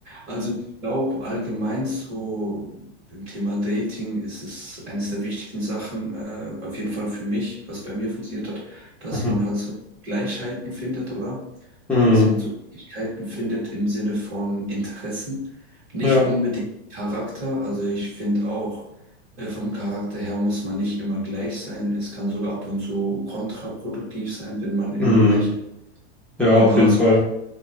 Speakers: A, on the right; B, in the centre.
A: Also ich glaube allgemein so im Thema Dating ist es eines der wichtigen Sachen, äh, auf jeden Fall für mich, was bei mir funktioniert hat, dass
B: Mhm.
A: man halt so Gleichheiten findet, oder?
B: Mhm.
A: dass man so Fähigkeiten findet im Sinne von Interessen, nicht
B: Ja.
A: unbedingt Charakter. Also ich finde auch, äh, vom Charakter her muss man nicht immer gleich sein. Es kann sogar ab und zu kontraproduktiv sein, wenn man immer
B: Mhm.
A: gleich ist.
B: Ja,
A: Aber
B: auf jeden
A: so
B: Fall.